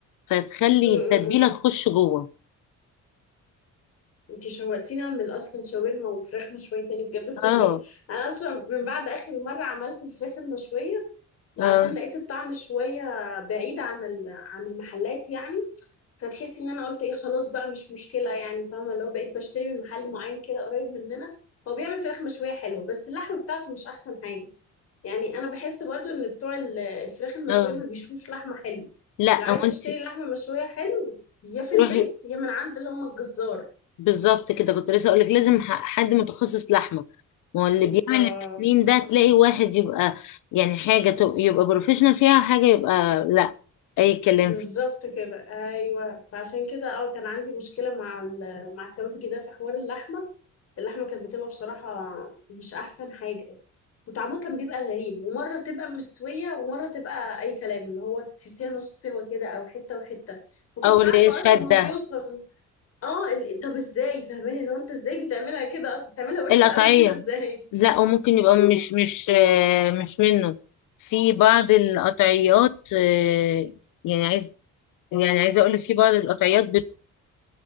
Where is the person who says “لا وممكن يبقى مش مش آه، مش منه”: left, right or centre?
Left